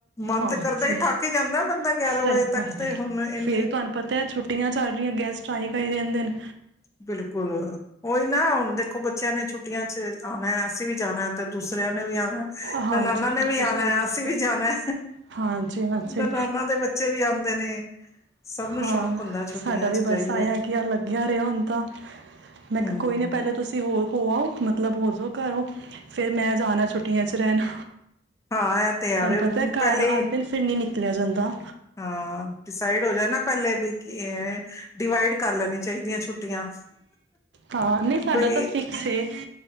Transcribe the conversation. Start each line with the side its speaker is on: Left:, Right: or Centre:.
Left: ਮਨ
Right: ਹਾਂਜੀ
Left: ਤੇ ਕਰਦਾ ਹੀ ਥੱਕ ਹੀ ਜਾਂਦਾ ਬੰਦਾ ਗਿਆਰਾਂ
Right: ਸਹੀ
Left: ਵਜੇ ਤੱਕ
Right: ਖਾਲ
Left: ਤੇ
Right: ਹੈ
Left: ਹੁਣ ਇੰਨੀ
Right: ਫੇਰ ਤੁਹਾਨੂੰ ਪਤਾ ਹੈ ਛੁੱਟੀਆਂ ਚੱਲ ਰਹੀਆਂ ਗੈਸਟ ਚਏ ਕਹੀ ਦੇ ਹਿੰਦੇ ਨੇ
Left: ਬਿਲਕੁਲ ਉਹੀ ਨਾ ਹੁਣ ਦੇਖੋ ਬੱਚਿਆਂ ਨੇ ਛੁੱ ਚ ਆਉਣਾ ਹੈ ਅਸੀਂ ਵੀ ਜਾਣਾ ਤੇ ਦੂਸਰਿਆਂ ਨੇ ਵੀ ਆਉਣਾ
Right: ਹਾਂਜੀ
Left: ਨਨਾਨਾ ਨੇ
Right: ਬਿਲਕੁਲ
Left: ਵੀ ਆਉਣਾ
Right: ਸਹੀ
Left: ਹੈ
Right: ਗੱਲ
Left: ਅਸੀਂ
Right: ਕਿਹਾ।
Left: ਵੀ ਜਾਣਾ
Right: ਹਾਂਜੀ-ਹਾਂਜੀ
Left: ਨਨਾਨਾ ਦੇ ਬੱਚੇ ਵੀ ਆਉਂ ਨੇ ਸਭ ਨੂੰ
Right: ਹਾਂ
Left: ਸ਼ੌਕ ਹੁੰਦਾ ਛੁੱਟੀਆਂ
Right: ਸਾਡਾ ਵੀ
Left: ਚ ਜਾਈਏ
Right: ਬੱਸ ਆਇਆ ਕੀ ਆ ਲੱਗਿਆ ਰਿਹਾ ਹੁਣ ਤਾਂ ਮੈਂ ਕਿਹਾ
Left: ਹੂੰ
Right: ਕੋਈ ਨਹੀਂ ਪਹਿਲੇ ਤੁਸੀਂ ਹੋਰ ਹੋ ਆ ਮਤਲਬ ਹੋ ਜੋ ਘਰਓ ਫੇਿਰ ਮੈਂ ਜਾਣਾ ਛੁੱਟੀਆਂ ਚ ਰਹਿਣਾ
Left: ਹਾਂ
Right: ਤੁਹਾਨੂੰ
Left: ਇਹ ਤੇ ਹੈ
Right: ਪਤਾ ਘਰ
Left: ਪਹਿਲੇ
Right: ਆਉਂਦੇ
Left: ਹੀ
Right: ਨੇ ਫਿਰ ਨ ਨ ਨਿਕਲਿਆ ਜਾਂਦਾ
Left: ਹਾਂ ਡਿਸਾਈਡ ਹੋ ਜਾ ਨਾ ਪਹਿਲੇ ਵੀ ਕਿ ਡਿਵਾਈਡ ਕਰ ਲੈਣੀੀਆਂ ਚਾਹੀਦੀਆਂ ਛੁੱਟੀਆਂ
Right: ਹਾਂ ਨਹੀਂ ਸਾਡਾ
Left: ਬਈ
Right: ਤਾਂ ਫਿਕਸ ਏ।